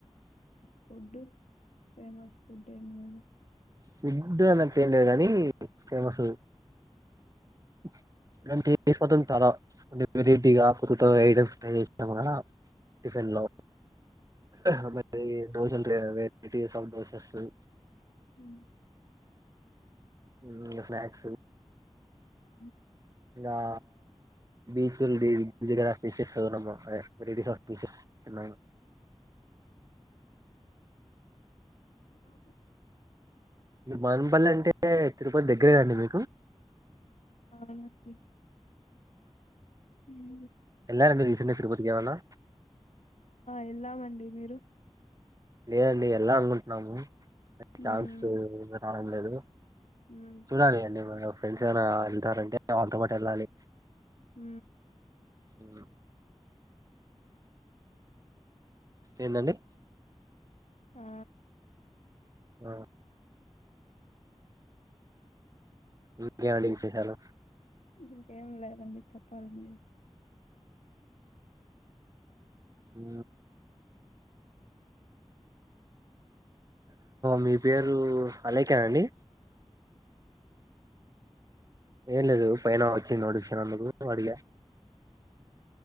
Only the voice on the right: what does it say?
ఫుడ్ అన్నట్టు ఏం లేదు కానీ ఫేమస్ <unintelligible> కొన్ని వెరైటీగా కొత్తగ ఐటమ్స్య చేస్తాం కదా టిఫిన్లా అది దోశలు ఈడ వెట్టి సంతోష్ వస్తది
ఇంగ స్నాక్స్
ఆ బీచులు ది జిరాఫిసేస్ అదే రస్ ఆఫ్ బీచెస్ న్నా
మానపల్లి అంటే తిరుపతి దగ్గరే అండి మీకు
ఎల్లారా మీరు రీసెంట్ తరుపతికి ఏవన్నా
లేదండి వెళ్ళ అనుకుంటున్నాము ఛాన్స్
రావడం లేదు
చూడాలి అండి మా ఫ్రెండ్స్ ఏనా వెళ్తారంటే వాళ్ళతో పాటు వెళ్ళాలి
అ ఏందండి
ఉ ఇంకే అండి విశేషాలు
ఊ మీ పేరు అలేఖ అండి ఏం లేదు పైన నోటిఫికేషన్ అందుకు అడిగా